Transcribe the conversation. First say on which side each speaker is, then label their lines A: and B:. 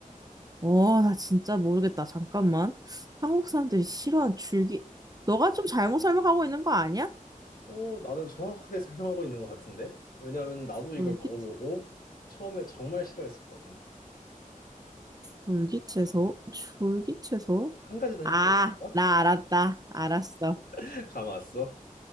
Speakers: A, on the right; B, on the left.
A: 어, 나 진짜 모르겠다. 잠깐만. 한국 사람들이 싫어하는 줄기. 너가 좀 잘못 설명하고 있는 거 아니야?
B: 어, 나는 정확하게 <laughs> 설명하고 있는 것 같은데? 왜냐면 나도 이걸
A: 줄기,
B: 먹어보고 처음에 정말 싫어했었거든.
A: 줄기채소? 줄기채소?
B: 한 가지 더
A: 아,
B: 힌트를 줄까?
A: 나 알았다. 알았어.
B: <laughs> 감았어